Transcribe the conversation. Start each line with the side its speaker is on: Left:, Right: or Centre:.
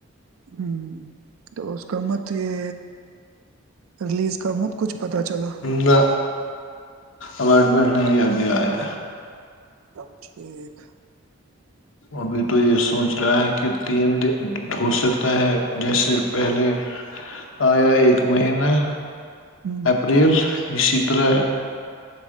Right: ہ تو اس کا مت یہ ریلیز کا مت کچھ پتا چلا
Left: نہ اپارٹمٹ نہیں ابھی آئے <unintelligible>
Right: اب ٹھیک
Left: ابھی تو یہ سوچ رہا ہے کہ تین دن ہو سکتا ہے جیسے پہلے آیا ایک مہینہ
Right: ہوں،
Left: اپریل اسی طرح